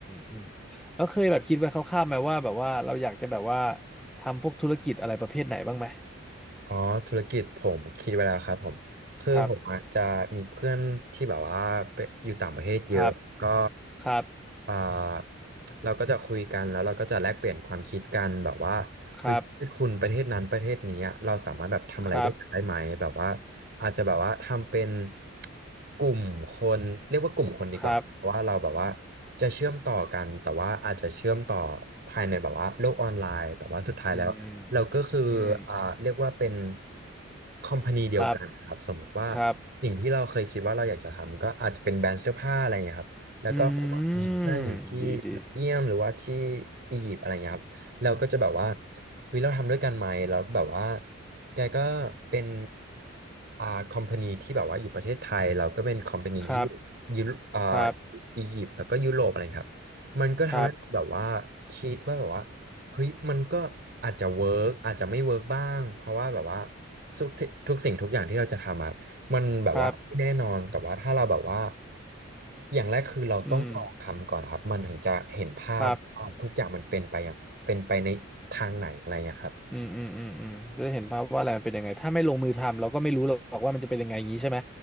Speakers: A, in the centre; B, on the right.
A: อืมแล้วเคยแบบคิดไว้คร่าวๆไหมว่าแบบว่าเราอยากจะแบบว่าทำพวกธุรกิจอะไรประเภทไหนบ้างไหม
B: อ๋อธุรกิจผมคิดไว้แล้วครับผมคือผมอะจะมีเพื่อนที่แบบว่าไปอยู่ต่างประเทศเยอะก็
A: ครับครับครับ
B: อ่าเราก็จะคุยกันแล้วเราก็จะแลกเปลี่ยนความคิดกันแบบว่าเฮ้ยคุณประเทศนั้นประเทศนี้อะเราสามารถแบบทำอะไรด้วยกันได้ไหมแบบว่า
A: ครับครับ
B: อาจจะแบบว่าทำเป็นกลุ่มคนเรียกว่ากลุ่มคนดีกว่าเพราะว่าเราแบบว่า
A: ครับ
B: จะเชื่อมต่อกันแต่ว่าอาจจะเชื่อมต่อภายในแบบว่าโลกออนไลน์แต่ว่าสุดท้ายแล้ว
A: อืม
B: เราก็คืออ่าเรียกว่าเป็น
A: อืม
B: คอมพานีเดียวกันครับสมมติว่า
A: ครับครับ
B: สิ่งที่เราเคยคิดว่าเราอยากจะทำก็อาจจะเป็นแบรนด์เสื้อผ้าอะไรอย่างเงี้ยครับแล้วก็ผมอะมีเพื่อนอยู่ที่เบลเยียมหรือว่าที่
A: อืมดีดี
B: อียิปต์อะไรเงี้ยครับเราก็จะแบบว่าเฮ้ยเราทำด้วยกันไหมแล้วแบบว่าแกก็เป็นอ่าคอมพานีที่แบบว่าอยู่ประเทศไทยเราก็เป็นคอมพานีที่
A: ครับ
B: ยุโรอ่า
A: ครับ
B: อียิปต์แล้วก็ยุโรปอะไรครับมันก็ทำให้แบบว่า
A: ครับ
B: คิดว่าแบบว่า เฮ้ยมันก็อาจจะเวิร์กอาจจะไม่เวิร์กบ้างเพราะว่าแบบว่าทุกสิ่งทุกสิ่งทุกอย่างที่เราจะทำอะมันแบบว่าไม่แน่นอนแต่ว่าถ้าเราแบบว่า
A: ครับ
B: อย่างแรกคือเราต้องลองทำก่อนครับมันถึงจะเห็นภาพว่าทุกอย่างมันเป็นไปอย่างเป็นไปในทางไหนอะไรเงี้ยครับ
A: อืมครับ อืมอืมอืมอืมจะได้เห็นภาพว่าอะไรมันเป็นยังไงถ้าไม่ลงมือทำเราก็ไม่รู้หรอกว่ามันจะเป็นยังไงอย่างนี้ใช่ไหม